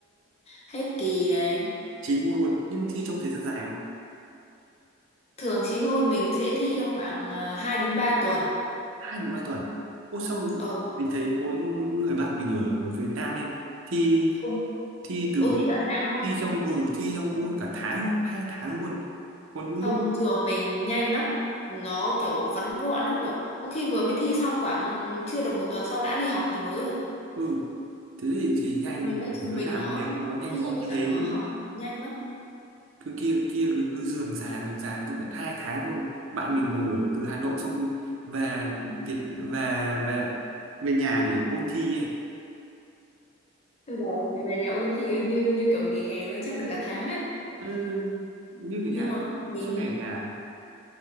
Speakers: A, on the left; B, on the right.
A: hết kỳ này
B: chín môn luôn nhưng mà thi trong thời gian dài không
A: thường 9 môn mình sẽ thi trong khoảng uh, 2 đến 3 tuần
B: hai đến ba tuần ô sao
A: ờ
B: mình thấy có những người bạn mình ở Việt Nam ấy thi
A: ôn
B: thi từ
A: ôn thi cả tháng luôn
B: thi trong ừ thi trong ôn cả tháng hoặc hai tháng luôn còn những
A: không
B: lúc
A: trường mình nhanh lắm nó kiểu vắn gọn lắm kiểu có khi vừa mới thi xong khoảng chưa được một tuần sau đã đi học kỳ mới rồi
B: ừ thế thì, thì nhanh
A: trường mình
B: lúc
A: ấy
B: phải
A: trường
B: cứ
A: mình
B: làm
A: nó
B: việc nó nhanh
A: thi
B: gọn
A: với
B: như
A: cả
B: thế
A: nó học nhanh lắm
B: cứ kia kia cứ cứ rườm rà rườm rà tận tận hai tháng rồi bạn mình còn ở từ Hà Nội xong thì về Việt về về về nhà để ôn thi ấy
A: Bây giờ về nhà ôn thi như như kiểu nghỉ hè luôn chắc được cả tháng ấy
B: ừ, như ở
A: nhưng
B: nhà
A: mà mình
B: suốt ngày ở nhà